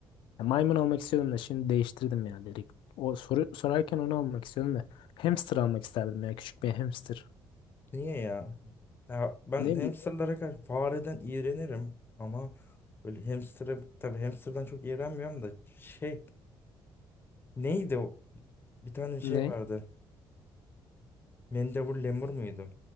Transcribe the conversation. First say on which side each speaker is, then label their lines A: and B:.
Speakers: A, on the left; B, on the left.
A: ya maymun almak istiyordum da şimdi değiştirdim ya direkt. O soru sorarken onu almak istiyordum da. Hamster almak isterdim ya küçük bir hamster.
B: Niye ya? Ya ben
A: Ne
B: hamsterlara
A: bileyim.
B: karşı fareden iğrenirim ama böyle hamster'a tabii hamster'dan çok iğrenmiyorum da şey neydi o? Bir tane şey
A: Ne?
B: vardı. Mendebur lemur muydu?